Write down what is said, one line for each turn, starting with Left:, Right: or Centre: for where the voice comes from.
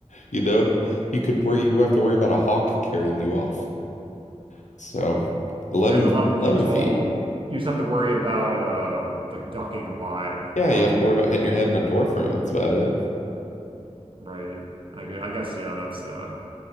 Left: you know, you could worry, you have to worry about a hawk carrying you off. So 11,
Right: Yeah, and 11 feet
Left: eleven
Right: tall,
Left: feet.
Right: you just have to worry about uh like ducking a lot.
Left: Yeah,
Right: Um,
Left: you have to worry about hitting your head in a door frame. That's about it.
Right: right. I, gue- I guess yeah, that's uh